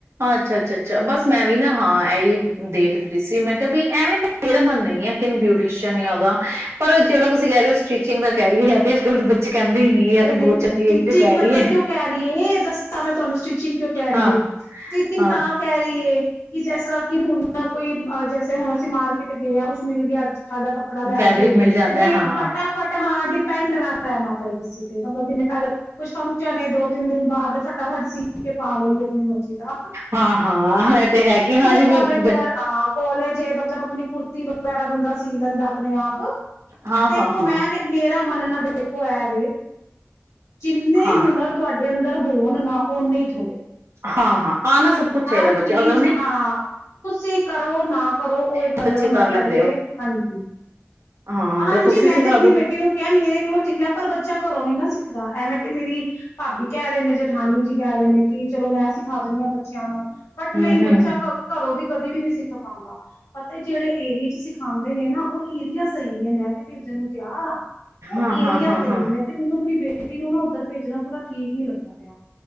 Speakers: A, on the right; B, on the left.
A: ਅੱਛਾ- ਅੱਛਾ- ਅੱਛਾ ਬਸ ਮੈਂ ਵੀ ਨਾ ਹਾਂ, ਏਹੀ ਦੇਖ ਰਹੀ ਸੀ ਮੈਂ ਕਿ ਭੀ ਕਿ ਐਵੇਂ ਨਾ ਮੇਰਾ ਮਨ ਨਹੀਂ ਹੈ, ਏਨੂੰ ਬਿਊਟੀਸ਼ਯਨ ਯਾਂ ਉਹਦਾ ਪਰ ਜਿਹੜਾ ਤੁਸੀਂ ਕਹਿ ਰਹੇ ਹੋ ਸਟੀਿਚਿੰਗ ਦਾ ਕਹਿ ਰਹੀ ਹੈ, ਏਹ ਤਾਂ ਅਜਕਲ ਦੇ ਬੱਚੇ ਕਹਿੰਦੇ ਹੀ ਨੀ ਹੈ ਤੇ
B: ਅਰੇ ਨਹੀਂ
A: ਬਹੁਤ ਚੰਗੀ
B: ਸਟਿਚਿੰਗ
A: ਹੈ ਜੋ ਕਹਿ
B: ਪਤਾ
A: ਰਹੀ ਹੈ
B: ਕਿਉਂ ਕਹਿ ਰਹੀ ਏ। ਦੱਸਾਂ, ਮੈਂ ਤੁਹਾਨੂੰ ਸਟੀਿਚਿੰਗ ਕਿਉਂ ਕਹਿ ਰਹੀ
A: ਹਾਂ
B: ਏ। ਸਟੀਚਿਂਗ
A: ਹਾਂ
B: ਤਾਂ ਕਹਿ ਰਹੀ ਏ ਕਿ ਜੇਸ ਰਾਂ ਕਿ ਹੁਣ ਕੋਈ, ਜੈਸੇ ਹੁਣ ਅਸੀਂ ਮਾਰਕਿਟ ਗਏ ਹਾਂ ਕੁਛ ਮਿਲ ਗਿਆ ਆਜਾ ਕੱਪੜਾ ਲੈ,
A: ਫੈਬਰਿਕ
B: ਕੇ, ਤੇ
A: ਮਿਲ ਜਾਂਦਾ
B: ਬਈ
A: ਹਾਂ
B: ਫਟਾ- ਫਟ ਹਾਂ, ਡਿਪੈਂਡ ਨਾ ਰਹਿਣਾ ਪਏ ਕਿਸੇ ਤੇ। ਮਤਲਬ ਜਿਵੇੇ ਕੱਲ ਕੋਈ ਫੰਕਸ਼ਨ ਏ ਦੋ, ਤਿੰਨ ਦਿਨ ਬਾਅਦ ਫਟਾਫਟ ਸੀ ਕੇ ਪਾ ਲਈਏ। ਅਪਣੀ ਮਰਜੀ ਦਾ,
A: ਹਾਂ ਹਾਂ ਇਹ ਤੇ ਹੈ ਕਿ ਹਾਂ
B: ਜਿਵੇਂ ਕੌਲੇਜ
A: ਬ
B: ਗਰ੍ਲ੍ ਹਾਂ ਕੌਲੇਜ ਮਤਲਬ ਅਪਣੀ ਕੁੜਤੀ ਵਗੈਰਾ ਬੰਦਾ ਸੀ ਲੈਂਦਾ ਅਪਣੇ ਆਪ।
A: ਹਾਂ
B: ਦੇਖੋ
A: ਹਾਂ ਹਾਂ
B: ਮੈਂ ਤਾਂ ਮੇਰਾ ਮੰਨਣਾ ਦੇਖੋ, ਐ ਵੇ ਜਿੰਨੇ
A: ਹਾਂ
B: ਹੁਨਰ ਤੁਹਾਡੇ ਅੰਦਰ ਹੋ ਹੋਣ ਨਾ, ਉਹਨੇ ਹੀ ਥੋੜੇ।
A: ਹਾਂ- ਹਾਂ। ਆਣਾ ਸਭ ਕੁਛ ਚਾਹੀਦਾ
B: ਹਰ ਚੀਜ਼
A: ਬੱਚਿਆਂ ਨੂੰ ਅਗਰ ਨਹੀਂ
B: ਹਾਂ ਤੁਸੀਂ ਕਰੋ ਨਾ ਕਰੋ ਉਹ ਇੱਕ
A: ਬਹੁਤ
B: ਅਲੱਗ
A: ਅੱਛੀ
B: ਮੈਟਰ
A: ਕਰ ਲੈਂਦੇ
B: ਏ,
A: ਹੋ
B: ਹਾਂਜੀ।
A: ਹਾਂ
B: ਹਾਂਜੀ,
A: ਤੁਸੀਂ
B: ਮੈਂ
A: ਸਿਖਾ
B: ਤੇ ਅਪਣੀ
A: ਦੋ
B: ਬੇਟੀ ਨੂੰ ਕਿਹਾ ਮੇਰੇ ਕੋਲੋਂ ਸਿੱਖ ਲੈ ਪਰ ਬੱਚਾ ਘਰੋਂ ਨੀ ਨਾ ਸਿੱਖਦਾ। ਐਵੇਂ ਤੇ ਮੇਰੀ ਭਾਬੀ ਕਹਿ ਰਹੇ ਨੇ ਜੇ ਨਾਨੀ ਜੀ ਕਹਿ ਰਹੇ ਨੇ ਕਿ ਚਲੋ ਮੈਂ ਸਿਖਾ ਦਿੰਨੀ ਆ ਬੱਚਿਆਂ ਨੂੰ। ਬਟ
A: ਹਮ
B: ਨਹੀਂ, ਬੱਚਾ
A: ਹਮ
B: ਘਰੋਂ ਦੀ ਕਦੇ ਵੀ ਨਹੀਂ ਸਿੱਖ ਪਾਂਦਾ। ਪਤਾ ਜਿਹੜੇ ਏਰੀਏ 'ਚ ਸਿਖਾਂਦੇ ਨੇ ਨਾ ਉਹ ਏਰੀਆ ਸਹੀ ਨੀ ਹੈ ਮੈਂ ਤੇ ਭੇਜਣ ਨੂੰ ਤਿਆਰ ਆ। ਉਹ
A: ਹਾਂ ਹਾਂ
B: ਏਰਿਆ
A: ਹਾਂ
B: ਸਹੀ
A: ਹਾਂ
B: ਨਈ ਤੇ ਮੈਨੂੰ ਅਪਣੀ ਬੇ ਬੇਟੀ ਨੂੰ ਨਾ ਉਧਰ ਭੇਜਣਾ ਥੋੜ੍ਹਾ ਠੀਕ ਨਈ ਲਗਦਾ।